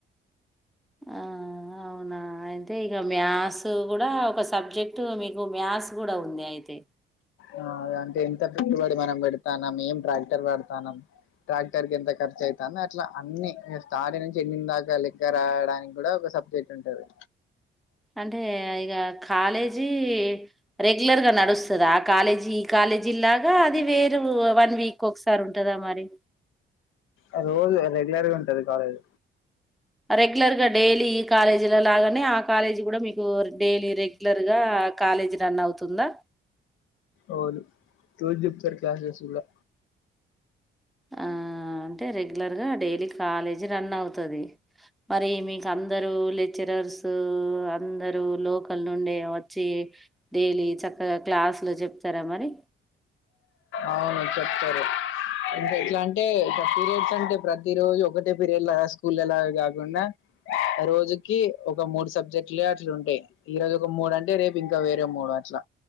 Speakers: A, in the centre; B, on the left (about 80°).
A: ఆ అవునా అయితే ఇగ మ్యాథ్స్ కూడా ఒక సబ్జెక్ట్ మీకు మ్యాథ్స్ కూడా ఉంది అయితే
B: ఆ అంటే ఎంత పెట్టుబడి మనం పెడతానం ఏం ట్రాక్టర్ కడతానం ట్రాక్టర్కి ఎంత ఖర్చు అయితాంది అట్లా అన్నీ మీరు స్టార్టింగ్ నుంచి ఎండింగ్ దాకా లెక్క రాయడానికి కూడా సబ్జెక్ట్ ఉంటది
A: అంటే ఇగ కాలేజీ రెగ్యులర్ గా నడుస్తదా ఆ కాలేజీ ఈ కాలె కాలేజీలాగా అది వేరు వన్ వీక్ ఒకసారి ఉంటదా మరి
B: ఆ రోజు రెగ్యులర్గా ఉంటాది కాలేజ్
A: రెగ్యులర్ గా డైలీ ఈ కాలేజిల లాగానే ఆ కాలేజీ కూడా మీకు డైలీ రెగ్యులర్ గా ఆ కాలేజ్ రన్ అవుతుందా
B: అవును రోజ్ చెప్తారు క్లాస్ గూడా
A: ఆ అంటే రెగ్యులర్ గా డైలీ కాలేజీ రన్ అవుతాది మరి మీకు అందరు లెక్చర్స్ అందరు లోకల్ నుండే వచ్చి డైలీ చక్కగా క్లాసులు చెప్తారా మరి
B: అవును చెప్తారు అంటే ఎట్లా అంటే ఇట్ల పీరియడ్స్ అంటే ప్రతి రోజు ఒకటే పీరియడ్ లా స్కూల్లా కాకుండా రోజుకి ఒక మూడు సబ్జెక్టులే అట్లు ఉంటాయి. ఈ రోజు ఒక మూడు అంటే రేపు ఇంకా వేరే మూడు అట్లా